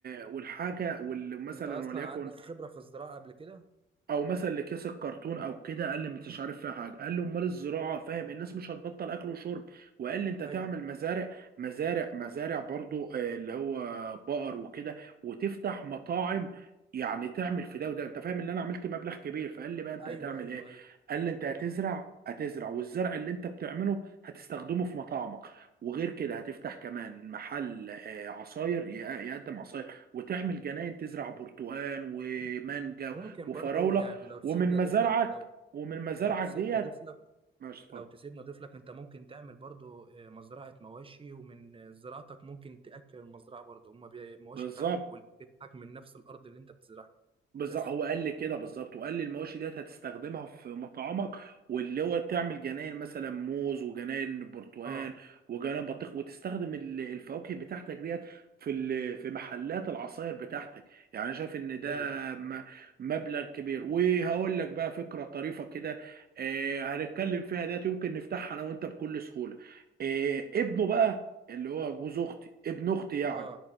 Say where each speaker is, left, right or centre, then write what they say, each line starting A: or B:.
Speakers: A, on the right (about 50°); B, on the right (about 25°).
A: والحاجه وال... مثلا
B: انت اصلا
A: وليكن
B: عندك خبرة في الزراعة قبل كده
A: او مثلا اللي كيس الكرتون او كده قال لي مش عارف فيها حاجه قال لي امال الزراعه فاهم الناس مش هتبطل اكل وشرب وقال لي انت تعمل
B: ايوه
A: مزارع مزارع مزارع برضو آه، اللي هو بقر وكده وتفتح مطاعم يعني تعمل في ده وده انت فاهم ان انا عملت مبلغ كبير فقال لي بقى انت
B: ايوه
A: هتعمل
B: ايوه
A: ايه
B: ايوه
A: قال لي انت هتزرع
B: ايوه
A: هتزرع والزرع اللي انت بتعمله هتستخدمه في مطاعمك وغير كده هتفتح كمان محل آه، عصاير ي- يقدم عصاير وتعمل جناين تزرع برتقال ومانجا
B: ممكن
A: وفراوله
B: برضو يعني لو تسيبنا
A: ومن مزارعك
B: اضيف لك لو
A: ومن مزارعك
B: لو تسيبنا
A: ديت
B: اضيف لك
A: ماشي اتفضل
B: لو تسيبنا اضيف لك انت ممكن تعمل برضو آه، مزرعة مواشي ومن آه، زراعتك ممكن تأكل المزرعة برضو هما بي- المواشي
A: بالظبط
B: بتاعتك والأكل بتاعك من نفس الارض اللي انت بتزرعها
A: بالظبط
B: بس
A: هو قال لي كده بالظبط وقال لي المواشي ديت هتستخدمها في مطعمك واللي هو تعمل جناين مثلا موز وجناين برتقال
B: اه
A: وجناين بطيخ وتستخدم ال- الفواكه بتاعتك ديت في ال- في محلات العصاير بتاعتك يعني انا شايف ان ده
B: ايوه
A: م- مبلغ كبير وهقول لك بقى فكرة طريفة كده آه، هنتكلم فيها ديت يمكن نفتحها انا وانت بكل سهولة آه، ابنه بقى اللي هو جوز اختي ابن اختي يعني
B: اه